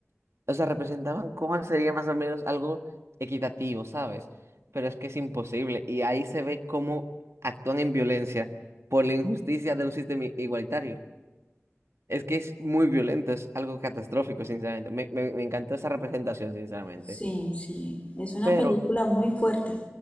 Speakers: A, on the right (about 70°); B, on the left (about 25°).
A: o sea, representaban cómo sería más o menos algo equitativo, ¿sabes? Pero es que es imposible. Y ahí se ve cómo actúan en violencia por la injusticia de un sistema i- igualitario. Es que es muy violento, es algo catastrófico, sinceramente. Me, me, me encantó esa representación, sinceramente.
B: Sí, sí, es una
A: Pero
B: película muy fuerte.